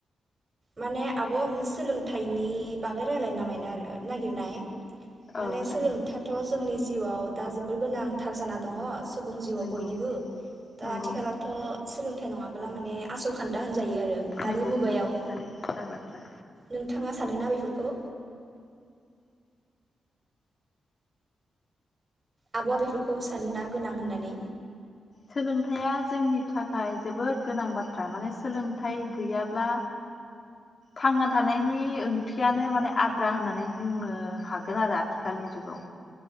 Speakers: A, on the right; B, on the left.
A: माने आब' आङो सोलोंथाइनि बागै रायलायनो नामायनो आरो नागिरनाय। माने
B: औ जागोन
A: सोलोंथाथ' जोंनि जिउआव दा जोबोर गोनांथार जाना दङ सुबु बुं जिउआव
B: नंगौ
A: बयनिबो दा
B: नंगौ
A: आथिखालावथ' सोलों थाइ नङाबोला माने आस'खान्दा होन जायो आरो दानि
B: नंगौ
A: मुगायाव।
B: नंगौ थारैनो थार बाथ्रा
A: नोंथाङा सानोना बेफोरखौ? आब'आ बेफोरखौ सानोना गोनां होननानै?
B: सोलोंथाइया जोंनि थाखाय जोबोद गोनां बाथ्रा माने सोलोंथाइ गैयाब्ला थांना थानायनि ओंथियानो माने आद्रा होननानै बुंनो हागोन आरो आथिखालनि जुगाव।